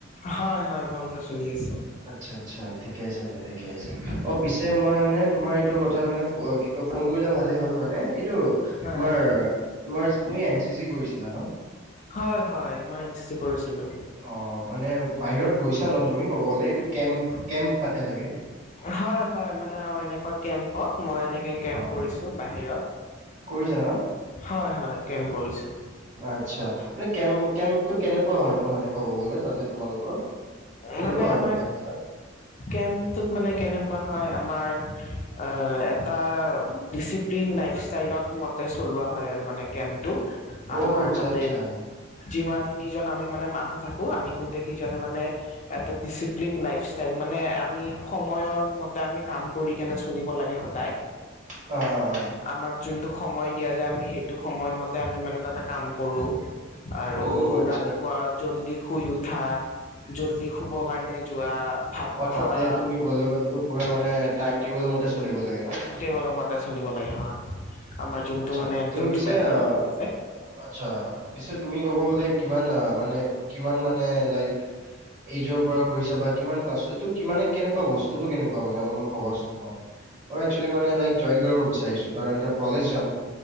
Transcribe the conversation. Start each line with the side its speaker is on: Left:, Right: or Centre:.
Left: হয়-হয় বন্ধ চলি আছে।
Right: আচ্ছা-আচ্ছা ঠিকে আছে দিয়া ঠিকে আছে। অ' পিছে মই মানে তোমাৰ এইটো কথা কাৰণে ফোন কি ফোন কৰিলে ভালে হ'ল মানে এইটো
Left: হয়
Right: তোমাৰ তোমাৰ তুমি এন চি চি কৰিছিলা ন'?
Left: হয়-হয় মই এন চি চি কৰিছিলোঁ।
Right: অ' মানে বাহিৰত গৈছা ন' তুমি ক'ব গ'লে এইটো কেম্প-কেম্প পাতে চাগে।
Left: হয়-হয় মানে অ' এনেকুৱা কেম্পত মই এনেকে কেম্প
Right: অ'
Left: কৰিছোঁ বাহিৰত
Right: কৰিছা ন?
Left: হয়-হয় কেম্প কৰিছোঁ।
Right: আচ্ছা মানে কেম্প কেম্পটো কেনেকুৱা হয়নো মানে ক'ব গ'লে তাতে তোমালোকৰ কেনেকুৱা
Left: মানে
Right: হয়নো
Left: আমাৰ
Right: কেম্পকেইটা
Left: কেম্পটোত মানে কেনেকুৱা হয় আমাৰ অ' এটা ডিচি ডিচিপ্লিন লাইফ ষ্টাইলত মতে চলোৱা হয় আৰু মানে কেম্পটো।
Right: অ'
Left: আমাৰ
Right: আচ্ছা
Left: তাতে
Right: আচ্ছা
Left: যিমান কিজন আমি মানে মানুহ থাকো আমি গোট গোটেই কিজনে মানে এটা ডিচিপ্লিন লাইফ ষ্টাইল মানে আমি সময়ৰ মতে আমি কাম কৰি কেনে চলিব লাগে সদায়
Right: অ'-অ'-অ'
Left: আমাক যোনটো সময় দিয়া যায় আমি সেইটো সময়মতে আমি মানে তাতে কাম কৰোঁ আৰু
Right: অ' অ' আচ্ছা।
Left: ৰাতিপুৱা জল্দি শুই উঠা, জল্দি শুব কাৰণে যোৱা ভাত
Right: অ'
Left: খোৱা
Right: তাতে তুমি গলে গ'লো পুৰা মানে টাইম টেবুলৰ মতে চলিব লাগে ন'।
Left: টেলৰ মতে চলিব লাগে হা আমাৰ যোনটো
Right: আচ্ছা
Left: মানে
Right: তুমি
Left: যোনটো
Right: পিছে
Left: টাইম দিয়া
Right: অ
Left: যায়।
Right: আচ্ছা পিছে তুমি ক'ব গ'লে কিমান মানে কিমান মানে লাইক এইজৰ পৰা কৰিছাঁ বা কিমান ক্লাছটো কিমানে কেনেকুৱা বস্তুটো কেনেকুৱা মানে অলপমান ক'বা চোন হয় মানে একচোৱেলি মানে লাইক জইন কৰিব বিচাৰোঁ কাৰণ এতিয়া কলেজ যাম।